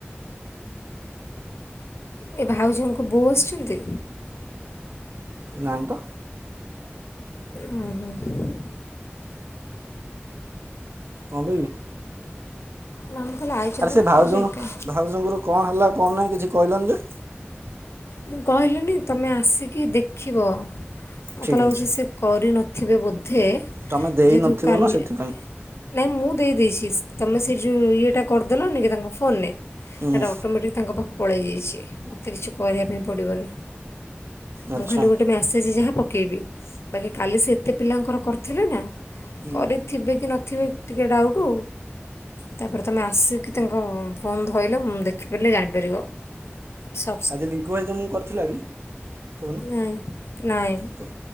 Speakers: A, on the left; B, on the right.
A: ଏ ଭାଉଜଙ୍କ ବୋଉ ଆସିଚନ୍ତି?
B: ନାହିଁ ତ
A: ଉଁ ହୁଁ ହୁଁ।
B: କଣ ପାଇଁ କି?
A: ନା ମୁଁ କହିଲି ଆଇଛନ୍ତି
B: ଆରେ ସେ
A: ନା
B: ଭାଉଜ
A: ଏକା
B: ଭାଉଜଙ୍କର କଣ ହେଲା କଣ ନାହିଁ କିଛି କହିଲନି ଯେ।
A: ମୁଁ କହିଲିନି ତମେ ଆସିକି ଦେଖିବ। ମତେ
B: ଠିକ୍
A: ଲାଗୁଚି
B: ଅଛି
A: ସେ କରି ନଥିବେ ବୋ ଧେ
B: ତମେ ଦେଇନଥିବ
A: ଯେହେତୁ କାଲି
B: ନା ସେଥିପାଇଁ
A: ନାଇଁ ମୁଁ ଦେଇ ଦେଇ ଚି ତମେ ସେ ଯୋଉ ଇଏଟା କରି ଦେଲନି କି ତାଙ୍କ ଫୋନରେ
B: ହୁଁ
A: ଏଟା ଅଟୋ ମେଟିକ ତାଙ୍କ ପାଖ ପଳେଇଯାଇଚି ମୋତେ କିଛି କହିବା ପାଇଁ ପଡ଼ିବନି
B: ଆଚ୍ଛା
A: ମୁଁ ଖାଲି ଗୋଟେ ମ୍ୟାସେଜ ଯାହା ପ ପକେଇବି ବାକି କାଲି ସେ ଏତେ ପିଲାଙ୍କର କରିଥିଲେ ନା
B: ହୁଁ
A: କରିଥିବେ କି ନଥିବେ ଟିକେ ଡାଉଟୁ। ତାପରେ ତମେ ଆସିକି ତାଙ୍କ ଫୋନ୍ ଧଇଲ ମୁଁ ଦେଖିପାରିଲି ଜାଣିପାରିବ ସ
B: ଆଜି ଲିଙ୍କୁ ଭାଇ ତମକୁ କରିଥିଲା କି? କୋହୁନୁ
A: ନାଇଁ ନାଇଁ
B: କ‌ହ